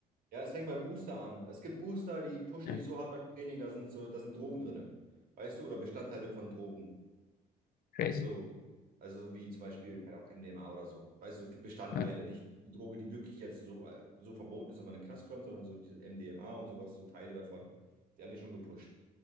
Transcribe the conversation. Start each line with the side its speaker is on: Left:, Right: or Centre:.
Right: ja, es fängt bei Booster an. Es gibt Booster, die pushen
Left: ja,
Right: nicht so hart beim Training, da sind so, da sind Drogen drin. Weißt du? Oder Bestandteile von Drogen.
Left: crazy.
Right: So, also so wie zum Beispiel, keine Ahnung, MDMA oder so. Weißt du, so Bestandteile,
Left: Ja,
Right: nicht die Droge, die wirklich jetzt so, äh, so verboten ist, dass man in den Knast kommt, sondern so diese MDMA und sowas, so Teile davon. Die haben dich schon gepusht.